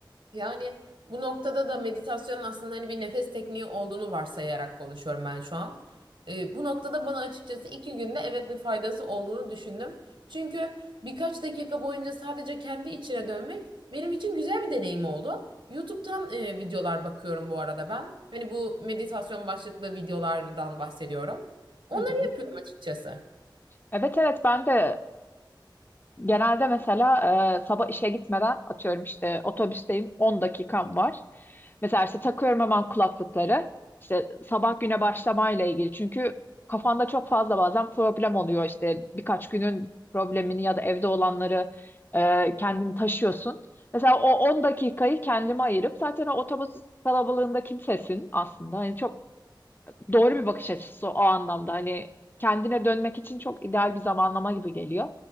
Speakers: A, on the right; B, on the left.
A: Yani bu noktada da meditasyonun aslında hani bir nefes tekniği olduğunu varsayarak konuşuyorum ben şu an. Ee, bu noktada bana açıkçası iki günde evet bir faydası olduğunu düşündüm. Çünkü birkaç dakika boyunca sadece kendi içine dönmek benim için güzel bir deneyim oldu. YouTube'dan e, videolar bakıyorum bu arada ben. Hani bu meditasyon başlıklı videolardan bahsediyorum. Onları
B: Hı hı.
A: yapıyorum açıkçası.
B: Evet evet ben de Genelde mesela e, sabah işe gitmeden atıyorum işte otobüsteyim 10 dakikam var. Mesela işte takıyorum hemen kulaklıkları. İşte sabah güne başlamayla ilgili. Çünkü kafanda çok fazla bazen problem oluyor. İşte birkaç günün problemini ya da evde olanları e, kendini taşıyorsun. Mesela o 10 dakikayı kendime ayırıp zaten o otobüs kalabalığında kimsesin aslında. Hani çok doğru bir bakış açısı o anlamda. Hani kendine dönmek için çok ideal bir zamanlama gibi geliyor.